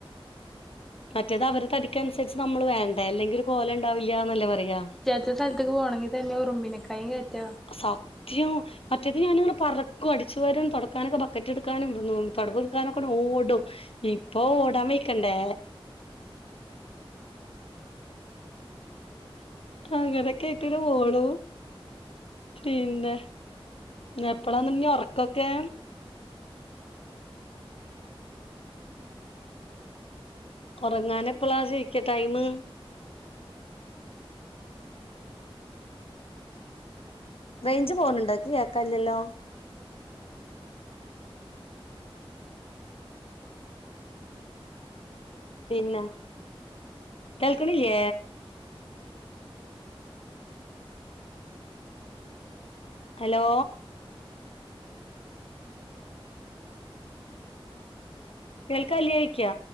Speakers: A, on the left; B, in the centre.
A: മറ്റത് അവരെ തടിക്ക് അനുസരിച്ച് നമ്മള് വേണ്ടേ അല്ലെങ്കിൽ കോലം ഇണ്ടാവില്ലന്നല്ലേ പറയാ
B: ഒരു സ്ഥലത്ത്ക്ക് പോണെങ്കിൽ തന്നെ ഉറുമ്പിനെകായും കേറ്റ
A: സത്യം മറ്റത് ഞാന്ങ്ങനെ പറക്കും അടിച്ചു വാരും തുടക്കാനൊക്കെ ബക്കറ്റ് എടുക്കാനും <unintelligible> എടുക്കാനൊക്കെ ഓടും ഇപ്പൊ ഓടാൻ വെയ്ക്കണ്ടേ അങ്ങനെ ക്കായിട്ടാണ് പോണു പിന്നെ എപ്പളാനി ഒറക്കൊക്കെ ഒറങ്ങാനെപ്പളാ സീക്ക് ടൈമ് റേഞ്ച് പോണുണ്ടോ ഇക്ക് കേക്കാല്ലല്ലോ പിന്നെ കേൾക്ക്‌ണില്ലേ ഹലോ കേൾക്കാല്ല്യേ ചോയ്ക്ക